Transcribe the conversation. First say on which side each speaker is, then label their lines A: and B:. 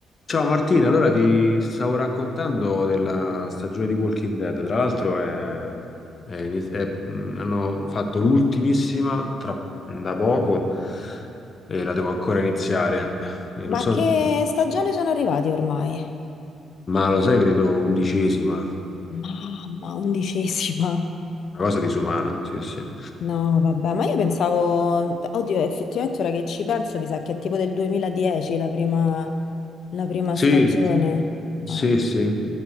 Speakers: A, on the left (about 40°); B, on the left (about 65°).
A: Ciao Martina, allora ti stavo raccontando della stagione di Walking Dead, tra l'altro è- è iniz- è- mh, hanno fatto l'ultimissima tra- da poco e la devo ancora iniziare, E
B: Ma
A: non so,
B: che stagione sono arrivati ormai?
A: ma lo sai, credo undicesima, una
B: Mamma, undicesima.
A: cosa disumana, sì sì.
B: No, vabbè, ma io pensavo, oddio, effettivamente ora che ci penso, mi sa che è tipo del 2010 la prima, la prima
A: Sì,
B: stagione. Ma
A: sì, sì,